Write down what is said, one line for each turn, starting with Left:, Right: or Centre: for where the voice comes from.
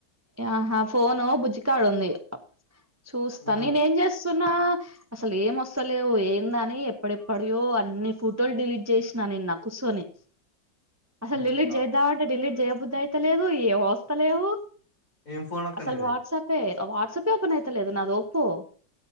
Right: ఆహ ఫోను బుజ్జికడుంది చూస్తా
Left: ఉహు
Right: నేనేఏం చేస్తున్నా అసలు ఏం వస్తలేవు ఏందని ఎప్పుడెప్పుడయో అన్ని ఫోటోలు డిలీట్ చేసినా నేన్న కూసోని అసలు
Left: ఉహు
Right: ఢిల్లీట్
Left: ఆ
Right: చేయద్దా అంటే ఢిల్లీట్ జయబుద్ధ అయితలేదు ఏ ఓస్తలేవు
Left: ఏం ఫోన్ అక్క
Right: అసలు
Left: నీది
Right: వాట్సాపే ఆ వాట్సాపే ఓపన్ యితలేదు నాదీ ఒప్పో